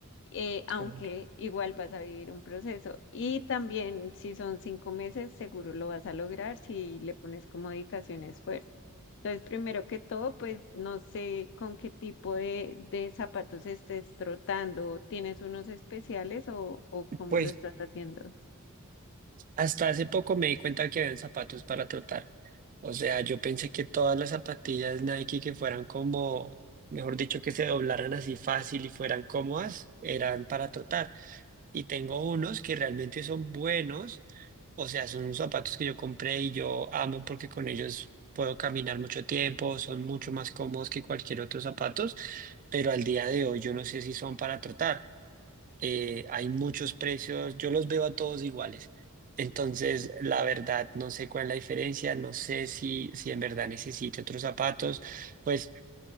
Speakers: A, on the left; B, on the right.
A: Eh, aunque
B: Pero bueno.
A: igual vas a vivir un proceso. Y también si son cinco meses, seguro lo vas a lograr si le pones como dedicación, esfuerzo. Entonces, primero que todo, pues no sé con qué tipo de, de zapatos estés trotando. ¿Tienes unos especiales o, o cómo
B: Pues
A: lo estás haciendo?
B: Hasta hace poco me di cuenta que habían zapatos para trotar. O sea, yo pensé que todas las zapatillas Nike que fueran como, mejor dicho, que se doblaran así fácil y fueran cómodas, eran para trotar. Y tengo unos que realmente son buenos. O sea, son unos zapatos que yo compré y yo amo porque con ellos puedo caminar mucho tiempo, son mucho más cómodos que cualquier otro zapatos, pero al día de hoy yo no sé si son para trotar eh, hay muchos precios, yo los veo a todos iguales. Entonces, la verdad, no sé cuál es la diferencia, no sé si, si en verdad necesite otros zapatos. Pues